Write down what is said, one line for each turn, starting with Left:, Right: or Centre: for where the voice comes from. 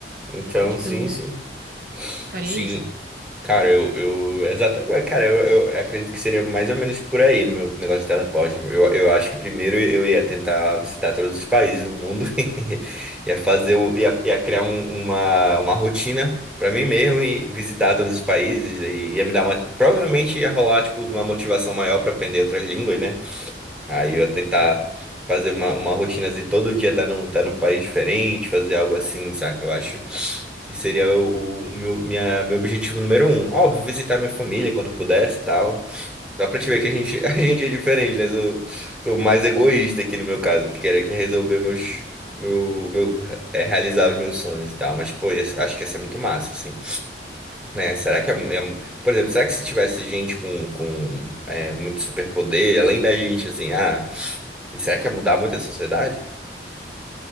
Centre: então,
Right: Acho
Centre: sim,
Right: que eu
Centre: sim.
Right: faria
Centre: Sim,
Right: isso.
Centre: Cara, eu, eu exatamente, cara, eu, eu acredito que seria mais ou menos por aí no meu negócio de teleporte. Eu, eu acho que primeiro eu ia tentar visitar todos os países do mundo, <laughs> e ia fazer, um- ia, ia criar um- uma, uma rotina pra mim mesmo e visitar todos os países e ia me dar uma, provavelmente ia rolar tipo uma motivação maior pra aprender outras línguas, né? Aí eu ia tentar fazer uma, uma rotina assim, todo dia tá num, tá num país diferente, fazer algo assim, saca? Eu acho que seria o, o meu, minha, meu objetivo número um. Óbvio, visitar minha família quando pudesse e tal. Dá pra te ver que a gente, <laughs> a gente é diferente, né? Eu sou mais egoísta aqui no meu caso, que queria que resolver meus. Meu, meu, é, realizar os meus sonhos e tal, mas pô, ia ser- acho que ia ser muito massa, assim, né? Será que é, é- por exemplo, será que se tivesse gente com, com é, muito superpoder, além da gente, assim, ah. E será que ia mudar muito a sociedade?